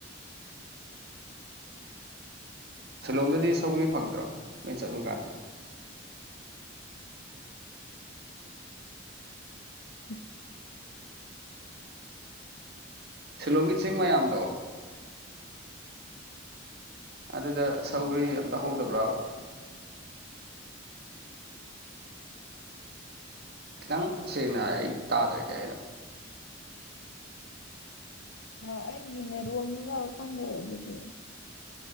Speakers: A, on the right; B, on the left.
A: ꯁꯤꯂꯣꯡꯗꯗꯤ ꯁꯧꯔꯤ ꯐꯪꯗ꯭ꯔꯣ ꯅꯣꯏ ꯆꯠꯂꯨꯀꯥꯟꯗ <unintelligible> <inaudible>
B: ꯎ <inaudible>
A: ꯁꯤꯂꯣꯡꯒꯤ ꯆꯤꯡ ꯃꯌꯥꯝꯗꯣ <unintelligible> <inaudible> ꯑꯗꯨꯗ ꯁꯧꯒꯔꯤ
B: ꯕꯖꯥꯔꯒꯨꯝꯕ
A: ꯑꯝꯇ ꯍꯧꯧꯗꯕ꯭ꯔꯥꯕ
B: ꯆꯠꯇꯦꯗ ꯑꯩꯈꯣꯏꯗꯤ
A: ꯈꯤꯇꯪ ꯁꯦꯡꯅ ꯑꯩ ꯇꯥꯗ꯭ꯔꯦꯒꯦ ꯍꯥꯏꯅꯣ
B: ꯑ ꯑꯩꯒꯤꯅꯦꯔꯣꯝꯅ ꯌꯥꯎꯔ ꯈꯪꯗꯦ ꯑꯗꯨꯗꯤ